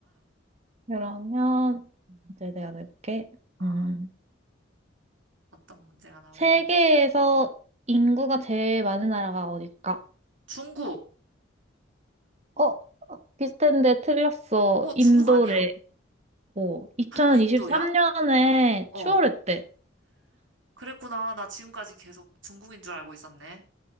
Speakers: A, on the right (about 35°); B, on the right (about 80°).
A: 그러면 이제 내가 낼게.
B: 아.
A: 음.
B: 어떤 문제가 나오려?
A: 세계에서 인구가 제일 많은 나라가 어딜까?
B: 중국!
A: 어, 비슷한데 틀렸어.
B: 어, 중국
A: 인도래.
B: 아니야?
A: 오, 2023년에
B: 인도야? 어,
A: 추월했대.
B: 그랬구나. 나 지금까지 계속 중국인 줄 알고 있었네.